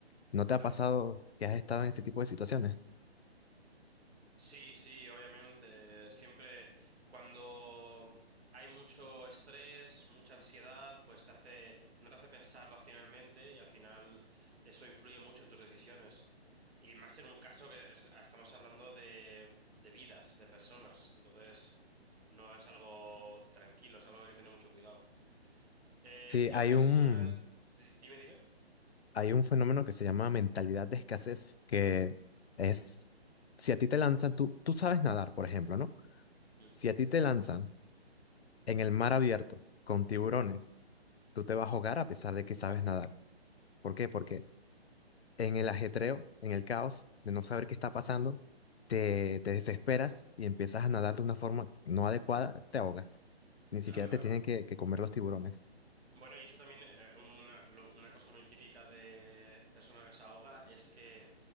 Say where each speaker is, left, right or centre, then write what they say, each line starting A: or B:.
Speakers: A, on the left; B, on the right.
A: ¿No te
B: claro.
A: ha pasado que has estado en ese tipo de situaciones?
B: Sí, sí, obviamente. Siempre cuando hay mucho estrés, mucha ansiedad, pues te hace, no te hace pensar racionalmente y al final eso influye mucho en tus decisiones. Y más en un caso que es- ah, estamos hablando de, de vidas, de personas. Entonces, no es algo tranquilo, es algo que hay que tener mucho cuidado. Eh,
A: Sí,
B: yo
A: hay
B: personal...
A: un,
B: di- Dime, dime.
A: hay un fenómeno que se llama mentalidad de escasez, que es, si a ti te lanzan, tú, tú sabes nadar, por ejemplo, ¿no?
B: Mm,
A: Si a ti te lanzan en el mar abierto con tiburones, tú te vas a ahogar a pesar de que sabes nadar. ¿Por qué? Porque en el ajetreo, en el caos, de no saber qué está pasando, te, te desesperas y empiezas a nadar de una forma no adecuada, te ahogas. Ni
B: Claro,
A: siquiera te
B: claro.
A: tienen que, que comer los tiburones.
B: Bueno, y eso también, eh, una, lo- una cosa muy típica de persona que se ahoga es que